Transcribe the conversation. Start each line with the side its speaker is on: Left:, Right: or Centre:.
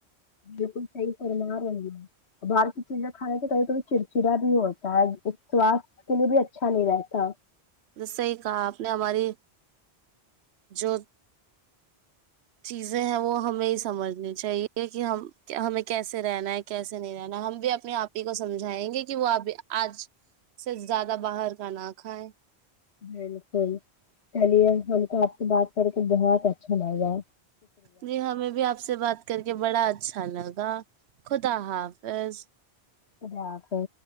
Left: بالکل صحی فرما رہوں گی ا باہر ک چیزیں کھانے کے کیں کڑھی چرچا بھی ہوا سواستھ کے لیے بھی اچھا نہیں رہتا
Right: میںس صی کہا آپ نے ہماری جو چیزیں ہیں وہ ہمیں ہی سمجھنی چاہیے کہ ہم ہمیں کیسے رہنا ہے کیسے نہیں رہنا ہم بھی اپنے آپ ہی کو سمجھائیں گے کہ وہ اب آج صرف زیادہ باہر کا نہ کھائیں
Left: بالکل چلیے بلک آپ سے بات کر کے بہت اچھا لگ رہا
Right: جی ہمیں بھی آپ سے بات کر کے بڑا اچھا لگا خدا حافظ
Left: اف